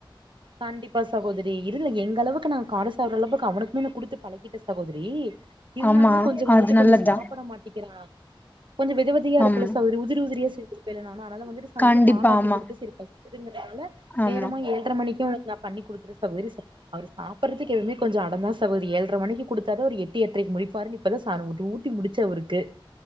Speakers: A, on the right; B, on the left.
A: கண்டிப்பா சகோதரி இல்ல எங்க அளவுக்கு நா கார சாப்ற அளவுக்கு அவனுக்மே நா குடுத்து பழகிட்டே சகோதரி இருந்தாலுமே
B: ஆமா
A: கொஞ்ச வந்துட்டு
B: அது நல்லதுதா
A: கொஞ்ச சாப்பிட மாட்டிக்கிறா கொஞ்ச வெத வெதியா இருக்குல்ல
B: ஆமா
A: சகோரி உதிரி உதிரா செஞ்சிருப்பேல நானு அனால வந்துட்டு சாய்ந்தர
B: கண்டிப்பா
A: பாலாத்தி
B: ஆமா
A: கொடுத்து சேரி பசி ங்கறனால
B: ஆமா
A: நேரமா ஏழ்ரை மணிக்கு உங்களுக்கு நான் பண்ணி குடுத்துரே சகோதரி சா அவரு சாப்படுறதுக்கு எவுமே கொஞ்ச அடந்தா சகோதரி ஏழ்ரை மணிக்கு கொடுத்தாத அவ ஒரு எட்டு எட்ரைக்கு முடிப்பாரு இப்பதா ஊட்டி முடிச்ச அவருக்கு